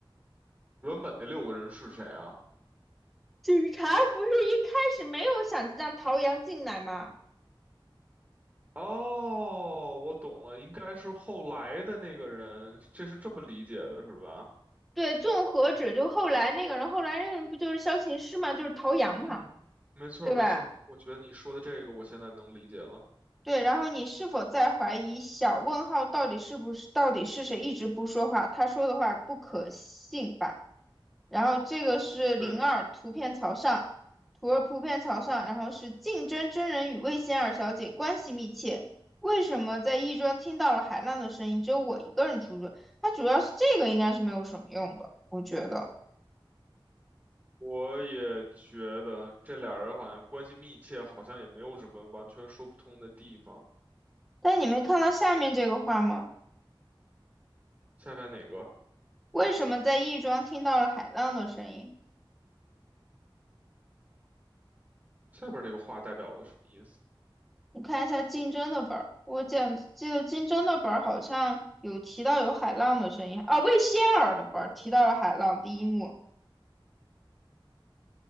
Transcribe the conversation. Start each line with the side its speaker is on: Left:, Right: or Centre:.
Right: 原本那六个人是谁啊？
Centre: 警察不是一开始没有想让陶阳进来吗？
Right: 哦，我懂了，应该是后来的那个人，这是这么理解的，是吧？
Centre: 对，纵火者就后来那个人，后来那个人不就是萧琴师嘛，就是陶阳嘛，
Right: 嗯，没错儿，
Centre: 对吧？
Right: 没错儿，我觉得你说的这个，我现在能理解了。
Centre: 对，然后你是否在怀疑小问号到底是不是到底是谁一直不说话？他说的话不可信吧？然后这个是零二图片朝上，
Right: 对的。
Centre: 图二图片朝上，然后是竞争真人与魏仙儿小姐关系密切，为什么在亦庄听到了海浪的声音，只有我一个人出去？它主要是这个应该是没有什么用的，我觉得。
Right: 我也觉得这俩人好像关系密切，好像也没有什么完全说不通的地方。
Centre: 但你没看到下面这个话吗？
Right: 下面哪个？
Centre: 为什么在亦庄听到了海浪的声音？
Right: 下边这个话代表了什么意思？
Centre: 你看一下竞争的本儿，我讲记得竞争的本儿好像有提到有海浪的声音啊，魏仙儿的本儿提到了海浪第一幕，